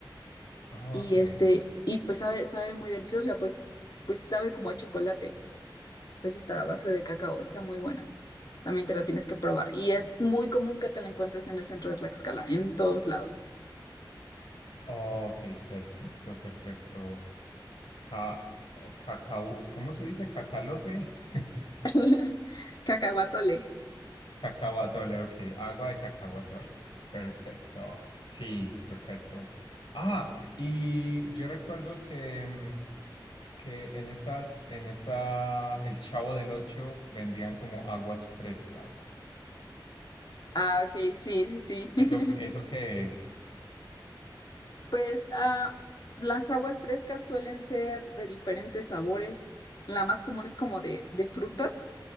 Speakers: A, on the left; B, on the left.
A: ok,
B: y este, y pues sabe, sabe muy deliciosa, pues, pues sabe como a chocolate, pues esta base de cacao, está muy buena. También te la tienes que probar. Y es muy común que te la encuentres en el centro de Tlaxcala, en todos lados.
A: ok, perfecto, perfecto. Ca- eh, cacao, ¿cómo se dice? Cacalote. <laughs>
B: <laughs> Cacahuatole.
A: Cacao atole, ok. Agua de cacao atole. Perfecto. Sí, perfecto. Ah, y yo recuerdo que, mm, que en esas, en esa, el Chavo del Ocho vendían como aguas frescas.
B: Ah, ok, sí, sí, sí. <laughs>
A: ¿Eso, eso qué es?
B: Pues ah, las aguas frescas suelen ser de diferentes sabores. La más común es como de, de frutas,